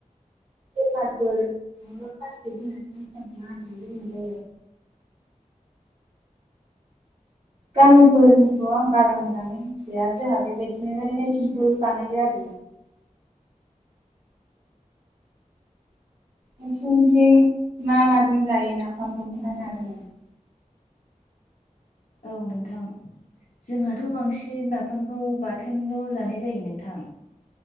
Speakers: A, on the right; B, on the left.
A: पेपारफोर नङाब्ला प्लास्टि होनानै मुख्राखौ मारिनानै दोननाय जायो गामिफोरनिखौ आं बारा मोजाङै मिथिया जोंहा बेबायदिनो ओरैनो सिमपोल बानायो आरोना नोंसिनिथिं मा माजों जायो नाफामखौ खोन्थानो हागोन नामा
B: औ नोंथां जोंहाथ' बांसिन नाफामखौ बाथोनल' जानाय जायो नोंथां